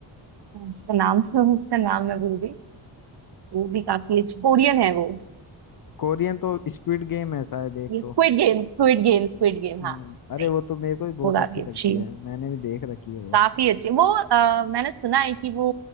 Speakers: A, on the right (about 55°); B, on the left (about 50°).
A: उसका नाम <laughs> उसका नाम मैं भूल गई वो भी काफी अच्छी कोरियन है वो
B: कोरियन तो स्क्विड गेम है शायद एक
A: ये
B: तो
A: squid game squid game squid game
B: हाँ
A: हाँ
B: अरे
A: नहीं,
B: वो तो मेरे को भी बहुत
A: वो काफी
B: अच्छी लगती
A: अच्छी
B: है
A: है।
B: मैंने भी देख रखी है वो
A: काफी अच्छी वो अ, मैंने सुना है कि वो